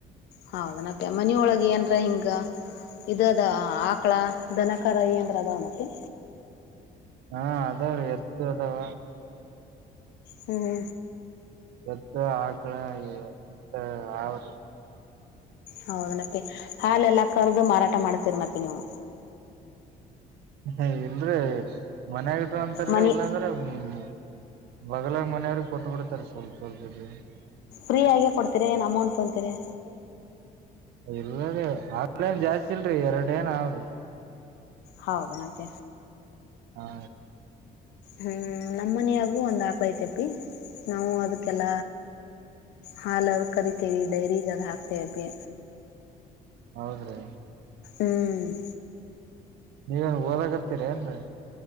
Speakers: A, on the left; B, on the right.
A: ಹೌದನಪ್ಪೆ ಮನ ಒಳಗೆ ಏನ್ರ ಹಿಂಗ ಇ ಅದ ಆಕಳ ದನಕರಾಯ ಅಂದ್ರೆ ಅದ ಅವನಪ್ಪಿ
B: ಹಾ ಅದಾವ್ರೀ ಎತ್ತು ಅದಾವ
A: ಹ್ಮ್
B: ಎತ್ತ ಆಕಳ ಮತ್ತ ಆವರು
A: ಹೌದನಪ್ಪಿ ಹಾಲೆಲ್ಲಾ ಕರ್ದು ಮಾರಾಟ ಮಾಡ್ತೀರನಪ್ಪಿ ನೀವು
B: ಹ ಇಲ್ರಿ ಮನ್ಯಗಟ್್ರ ಅಂತಾರರಿ
A: ಮನಿ
B: ಇಲ್ಲಾಂದ್ರೆ ಹ್ಮ ಬಗಲಾಗ ಮನೆಯವ್ರಿಗೆ ಕೊಟ್ಟ ಬಿಿಡ್ತಾರೆ ಸ್ವಲ್ಪ ಸ್ವಲ್ಪ ಇ
A: ಫ್ರೀಯಾಗೆ ಕೊಡ್ತೀರಿ ಏನು ಅಮೌಂಟ್ ತೊಂತೀರಿ
B: ಇಲ್ಲದ ಆಲೇನ್ ಜಾಸ್ತಿಲ್ರರಿ ಎರಡ ಏನ್ ಅವ್ರಿ
A: ಹೌದನತ್ತ
B: ಹಾ
A: ಹ್ಮ್ ನಮ್ಮನಿಯಾಗು ಒಂದ್ ಹಾಕೋತೆಪಿ ನಾವು ಅದಕ್ಕೆಲ್ಲ ಹಾಲದ ಕರಿತೇವಿ ಡೈರಿಗ ಅದ ಹಾಕ್ತೇವತಿ
B: ಹೌದ್ರೀ
A: ಹ್ಮ್
B: ನೀವೇನ್ ಓದಾಗತ್ತೀರಿ ಏನ್ರರಿ